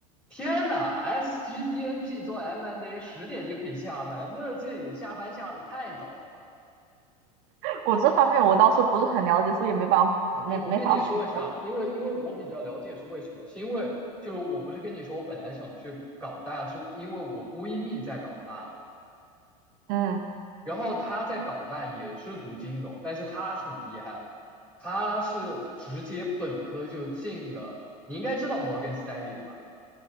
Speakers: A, in the centre; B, on the right.
A: 天呐，SGBNP 做 M&A N P 做 M and A 十点就可以下班，那这也下班下的太早了吧？
B: 我这方面我倒是不是很了解，所以没办法没没没法说。
A: 我我跟你说一下啊，因为因为我比较了解是为什么，是因为就是我不是跟你说我本来想去港大，是因为我闺蜜在港大嘛，
B: 嗯，
A: 然后他在港大也是读金融，但是他很厉害，他是直接本科就进了，你应该知道 Morgan Stanley 的吧？